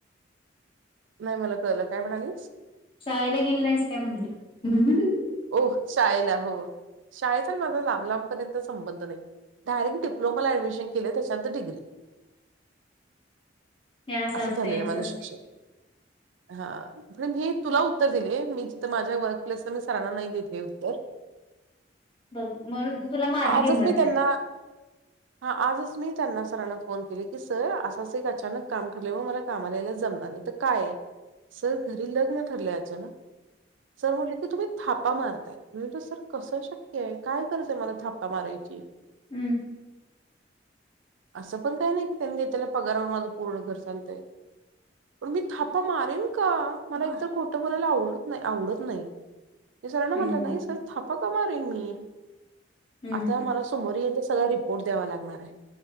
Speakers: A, on the right (about 85°); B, on the left (about 30°).
A: नाही मला कळलं काय म्हणालीस?
B: शाळेला गेली नाहीस काय म्हणलं <inaudible>
A: ओह् शाळेला! हो शाळचा माझा लांब लांबपर्यंत संबंध नाही. डायरेक्ट डिप्लोमाला ऍडमिशन केलंय त्याच्यानंतर डिग्री
B: हे
A: असं
B: असतंय
A: झालेलं माझं
B: असतंय
A: शिक्षण, हा पण हे तुला उत्तर दिले मी, तिथं माझ्या वर्क प्लेसला मी सरांना नाही देतेय उत्तर
B: बघ म्हणून तर तुला माझी
A: आजच
B: किंमत
A: मी त्यांना
B: नाय
A: हा आजच मी त्यांना सरांना फोन केले, की सर असंच एक अचानक काम ठरलय वो मला कामाला यायला जम, तर काय सर घरी लग्न ठरलय, आचानक सर म्हटले की तुम्ही थापा मारताय मी म्हटल कसं शक्यय? काय गरजंय मला थापा मारायची.
B: हम्म
A: असं पण काय नाही की त्यांनी दिला पगारावर माझं पूर्ण घर चालतंय. पण मी थापा मारेन का? मला एकतर खोटं बोलायला आवडत नाही, आवडत नाही. सरांना म्हटलं
B: हम्म
A: नाही, सर थापा का मारेन मी?
B: हम्म
A: आता
B: हम्म.
A: मला समोर येइल तसं रिपोर्ट द्यावा लागणारय